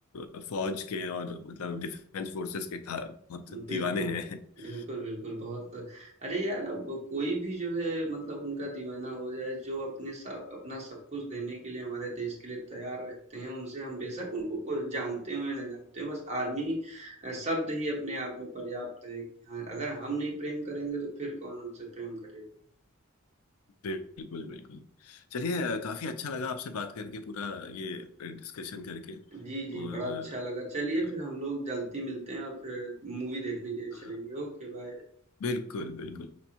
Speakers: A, on the left; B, on the right.
A: अ, फौज के और मतलब डिफेंस फोर्सेस के खा- बहुत
B: बिल्कुल,
A: दीवाने हैं <laughs>
B: बिल्कुल, बिल्कुल, बहुत अरे यार, अब कोई भी जो है मतलब उनका दीवाना हो जाए, जो अपने साथ अपना सब कुछ देने के लिए हमारे देश के लिए तैयार रहते हैं, उनसे हम बेशक उनको को जानते हों या ना जानते हों, बस आर्मी अ, शब्द ही अपने आप में पर्याप्त है कि हाँ, अगर हम नहीं प्रेम करेंगे, तो फिर कौन हमसे प्रेम करेगा।
A: बिल्कुल बिल्कुल चलिए अ, काफी अच्छा लगा आपसे बात करके पूरा ये डिस्कशन करके
B: जी, जी,
A: और
B: बड़ा अच्छा लगा। चलिए
A: अ, अ,
B: फिर हम लोग जल्दी मिलते हैं और फिर मूवी देखने के लिए
A: हाँ,
B: चलेंगे। Okay, bye.
A: बिल्कुल बिल्कुल